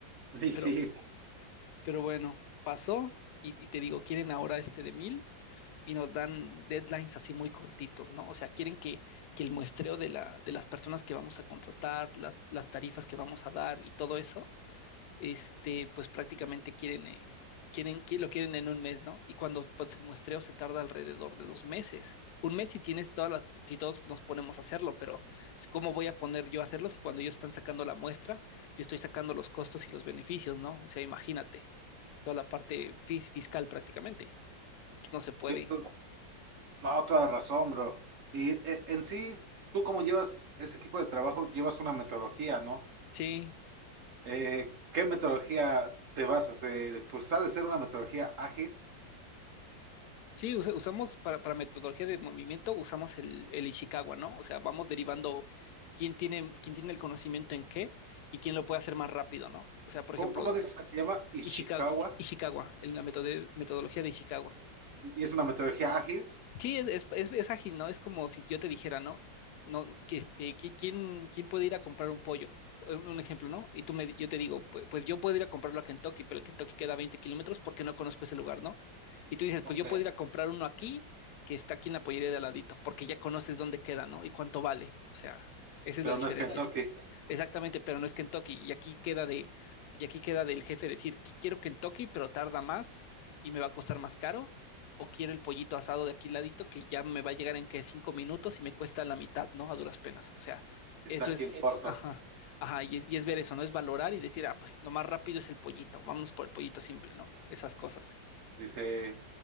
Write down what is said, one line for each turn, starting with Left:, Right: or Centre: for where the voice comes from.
Right: Y
Left: Pero,
Right: sí,
Left: pero bueno, pasó y, y te digo, quieren ahora este de mil y nos dan deadlines así muy cortitos, ¿no? O sea, quieren que, que el muestreo de la, de las personas que vamos a contratar, las, las tarifas que vamos a dar y todo eso este, pues prácticamente quieren, eh, quieren, qui- lo quieren en un mes, ¿no? Y cuando pues, el muestreo se tarda alrededor de dos meses. Un mes si tienes todas las, si todos nos ponemos a hacerlo, pero ¿cómo voy a poner yo a hacerlo si cuando ellos están sacando la muestra, yo estoy sacando los costos y los beneficios, ¿no? O sea, imagínate, toda la parte fis- fiscal prácticamente. No se puede.
Right: cierto. no, toda razón, bro. Y eh, en sí, tú como llevas ese equipo de trabajo, llevas una metodología, ¿no?
Left: Sí.
Right: Eh, ¿qué metodología te basas? Eh, pues ha de ser una metodología ágil.
Left: Sí, usa- usamos para, para metodología de movimiento, usamos el, el Ishikawa, ¿no? O sea, vamos derivando quién tiene, quién tiene el conocimiento en qué y quién lo puede hacer más rápido, ¿no? O sea, por ejemplo,
Right: ¿Cómo, cómo dices que se llama? Ishikawa.
Left: Ishikawa, Ishikawa, en la metode- metodología de Ishikawa.
Right: Y y es una metodología ágil,
Left: Sí, es, es, es- es ágil, ¿no? Es como si yo te dijera, ¿no? No, que este, qui- ¿quién, quién puede ir a comprar un pollo? Un, un ejemplo, ¿no? Y tú me, yo te digo, pues, pues yo puedo ir a comprarlo a Kentucky, pero el Kentucky queda a 20 kilómetros porque no conozco ese lugar, ¿no? Y tú dices,
Right: Ok.
Left: pues yo puedo ir a comprar uno aquí, que está aquí en la pollería de al ladito, porque ya conoces dónde queda, ¿no? Y cuánto vale. O sea, esa es
Right: pero
Left: la diferencia.
Right: no es Esa es Kentucky.
Left: Exactamente, pero no es Kentucky. Y aquí queda de, y aquí queda del jefe decir, "Qui- quiero Kentucky, pero tarda más y me va a costar más caro, o quiero el pollito asado de aquí ladito que ya me va a llegar en que cinco minutos y me cuesta la mitad, ¿no? A duras penas. O sea,
Right: Está
Left: eso
Right: aquí
Left: es,
Right: en Esa- corto.
Left: ajá, ajá, y es, y es ver eso, ¿no? Es valorar y decir, ah, pues lo más rápido es el pollito, vámonos por el pollito simple, ¿no? Esas cosas.
Right: Dice,